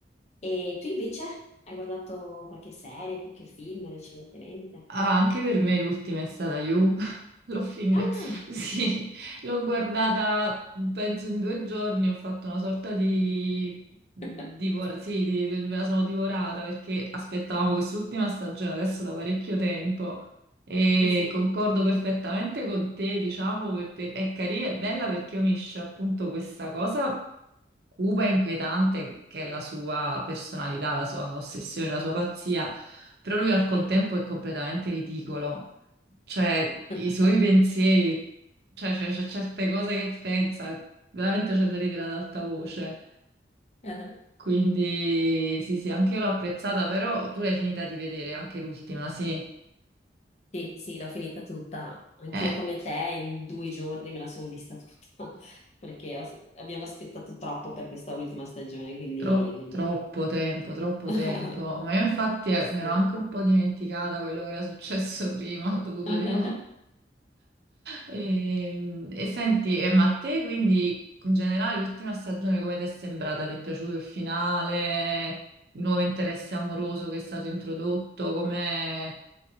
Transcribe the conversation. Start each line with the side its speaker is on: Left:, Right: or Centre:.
Left: E tu invece hai guardato qualche serie, qualche film recentemente?
Right: Ah, anche per me l'ultima è stata You. <laughs> L'ho finita,
Left: Ah!
Right: sì, l'ho guardata penso in due giorni, ho fatto una sorta di... divor-
Left: <laughs>
Right: sì, di- di- me la sono divorata perché aspettavamo quest'ultima stagione adesso da parecchio tempo e
Left: Sì,
Right: concordo perfettamente con te, diciamo, per- per- è carina, è bella perché unisce appunto questa cosa cupa e inquietante che è la sua personalità, la sua ossessione, la sua pazzia però lui al contempo
Left: sì.
Right: è completamente ridicolo, cioè
Left: <laughs>
Right: i suoi pensieri, cioè c'è c'è certe cose che pensa, veramente c'è da ridere ad alta voce.
Left: Ah,
Right: Quindi sì, sì, anche io l'ho apprezzata, però tu l'hai finita di vedere, anche l'ultima, sì.
Left: Sì, sì, l'ho finita tutta. Anch'io
Right: Eh,
Left: come te in due giorni me la sono vista tutta, <laughs> perché ho- abbiamo aspettato troppo per questa ultima stagione, quindi...
Right: tro- troppo tempo, troppo
Left: <laughs>
Right: tempo. Ma io infatti eh,
Left: Sì.
Right: mi ero anche un po' dimenticata quello che era successo <laughs> prima, ho dovuto
Left: <laughs>
Right: tipo E, e senti, eh, ma a te quindi in generale l'ultima stagione come ti è sembrata? Ti è piaciuto il finale? Il nuovo interesse amoroso che è stato introdotto? Come,